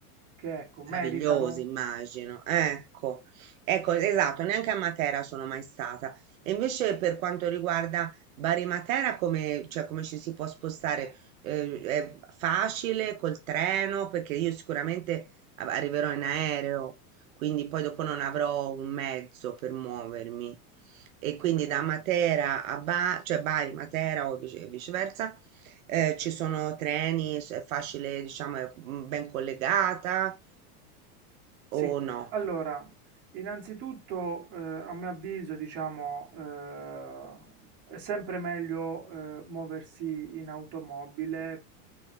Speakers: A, on the right; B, on the right.
A: che ecco, meritano.
B: Meraviglioso, immagino. Ecco, ecco, esatto, neanche a Matera sono mai stata. E invece per quanto riguarda Bari Matera, come, cioè, come ci si può spostare? Eh, è facile col treno? Perché io sicuramente a- arriverò in aereo, quindi poi dopo non avrò un mezzo per muovermi. E quindi
A: Ok,
B: da Matera a Bari, cioè Bari, Matera o vice- viceversa, eh, ci sono treni, s- è facile, diciamo, è mm, ben collegata.
A: sì.
B: Oh no,
A: Allora, innanzitutto, eh, a mio avviso, diciamo, eh, è sempre meglio eh, muoversi in automobile